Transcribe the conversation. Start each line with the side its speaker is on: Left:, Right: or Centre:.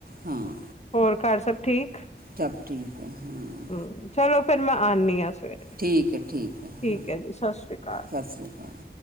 Right: ਹਾਂ।
Left: ਹੋਰ, ਘਰ ਸਭ ਠੀਕ?
Right: ਸਭ ਠੀਕ ਹੈ ਹਾਂ
Left: ਹੂੰ, ਚਲੋ ਫੇਰ ਮੈਂ ਆਨੀਂ ਆਂ ਫੇਰ,
Right: ਠੀਕ ਹੈ ਹੈ ਹਾਂ
Left: ਠੀਕ ਐ ਜੀ। ਸ਼ਾਸਰੀ ਕਾਲ।
Right: ਸਤਿ ਸ਼੍ਰੀ ਅਕਾਲ